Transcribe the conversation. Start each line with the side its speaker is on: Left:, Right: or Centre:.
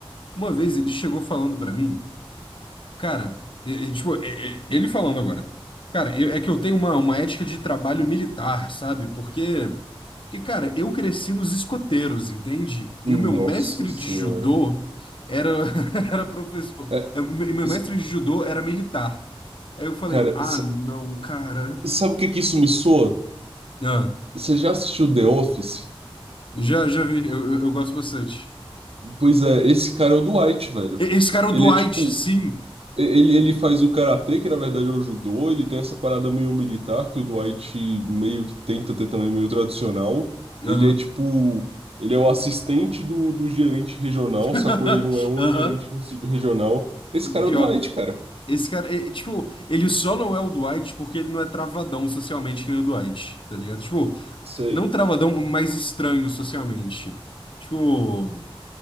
Left: uma vez, ele chegou falando pra mim. Cara, e- e, tipo, e- e- ele falando agora. Cara, eu- é que eu tenho uma, uma ética de trabalho militar, sabe? Porque, porque, cara, eu cresci nos escoteiros, entende? E
Right: Nossa
Left: o meu mestre
Right: senhora.
Left: de judô era, <laughs> era professor.
Right: É,
Left: E meu meu
Right: s-
Left: mestre de judô era militar. Aí eu falei,
Right: cara,
Left: ah,
Right: s-
Left: não, cara.
Right: sabe o que que isso me soa?
Left: Ah,
Right: Você já assistiu The Office?
Left: já, já vi, eu, eu, eu gosto bastante.
Right: Pois é, esse cara é o Dwight, velho.
Left: E- Esse cara é
Right: Ele
Left: o Dwight,
Right: é tipo.
Left: sim.
Right: e- Ele, ele faz o karatê, que na verdade é o judô, ele tem essa parada meio militar, que o Dwight meio que tenta ter também, meio tradicional. Ele
Left: Aham.
Right: é tipo. Ele é o assistente do, do gerente regional,
Left: <laughs>
Right: sacou? Ele não é o
Left: Aham.
Right: gerente regi- regional. Esse cara
Left: Pior.
Right: é o Dwight, cara.
Left: Esse cara, é, tipo, ele só não é o Dwight porque ele não é travadão socialmente que nem o Dwight, tá ligado? Tipo,
Right: Sei.
Left: não travadão, mas estranho socialmente. Tipo,